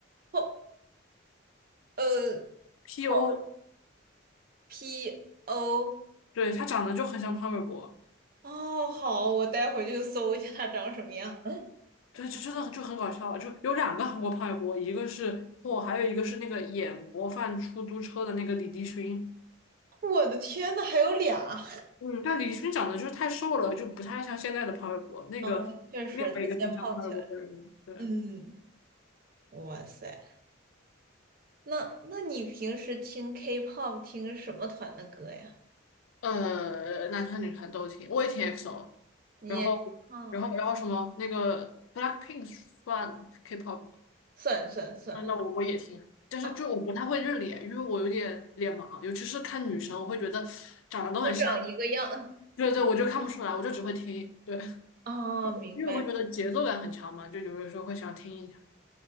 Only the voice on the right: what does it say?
哦，呃
，P
好，P O。
哦，好，我待会儿就搜一下他长什么样。<laughs>
我的天呐，还有俩！
啊！确实，他现在胖起来了。
嗯，哇塞，那那你平时听 K-pop 听什么团的歌呀？
你也啊，
算算算
啊，
都长一个样
啊 <laughs>，明白。